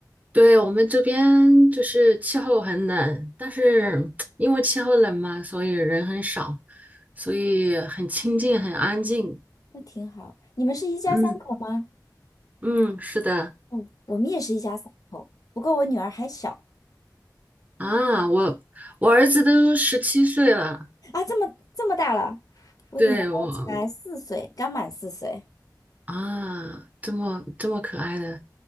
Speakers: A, on the right; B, on the left.
A: 对我们这边就是气候很冷，但是因为气候冷嘛，所以人很少，所以很清静，很安静。
B: 那挺好。你们是一家三口吗？
A: 嗯嗯，是的。
B: 嗯，我们也是一家三口，不过我女儿还小
A: 啊，我我儿子都十七岁了，
B: 啊，这么这么大了，我女儿才四岁，
A: 对我
B: 刚满四岁。
A: 啊，这么这么可爱的，